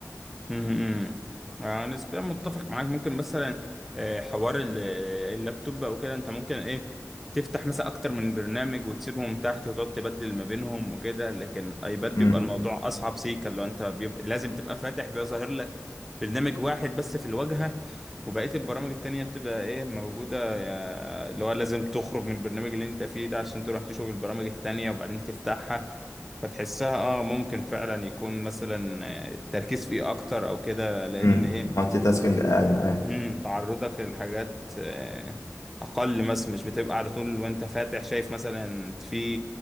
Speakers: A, in the centre; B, on the left.
A: امم آه نسبيا متفق معاك ممكن مثلا آه، حوار ال- اللابتوب او كده انت ممكن ايه تفتح مثلا اكتر من برنامج وتسيبهم تحت وتقعد تبدل ما بينهم وكده لكن ايباد بيبقى
B: مم.
A: الموضوع اصعب سيكا لو انت بيبقى لازم تبقى فاتح بيبقى ظاهر لك برنامج واحد بس في الواجهة وبقية البرامج التانية بتبقى ايه موجودة يا- اللي هو لازم تخرج من البرنامج اللي انت فيه ده عشان تروح تشوف البرامج التانية وبعدين تفتحها فتحسها اه ممكن فعلا يكون مثلا آه، التركيز فيه اكتر او كده لان
B: مم.
A: ايه
B: مالتي تاسكينج أقل أيوة
A: مم، تعرضك للحاجات آه، اقل مثلا مش بتبقى على طول وانت فاتح شايف مثلا في